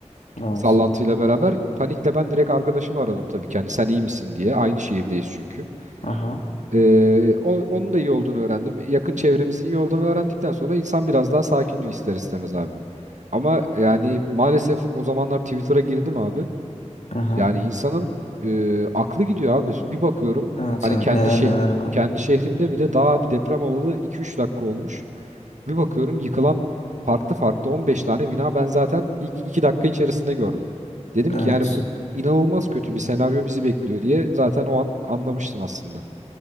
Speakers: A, on the left (about 75°); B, on the right (about 80°).
A: Evet.
B: Sallantıyla beraber. Panikle ben direkt arkadaşımı aradım tabii ki. Hani sen iyi misin diye. Aynı şehirdeyiz çünkü.
A: Aha.
B: Ee, o- onun da iyi olduğunu öğrendim. Yakın çevremizin iyi olduğunu öğrendikten sonra insan biraz daha sakinliği ister istemez abi. Ama yani maalesef o zamanlar Twitter'a girdim abi.
A: Aha.
B: Yani insanın e, aklı gidiyor abi. Bir bakıyorum
A: Evet
B: hani
A: evet.
B: kendi
A: Neler
B: şey
A: neler var.
B: kendi
A: ya.
B: şehrimde bile daha bir deprem olalı 2 üç dakika olmuş. Bir bakıyorum yıkılan farklı farklı 15 tane bina ben zaten ilk 2 dakika içerisinde gördüm. Dedim
A: Evet.
B: ki yani bu inanılmaz kötü bir senaryo bizi bekliyor diye zaten o an anlamıştım aslında.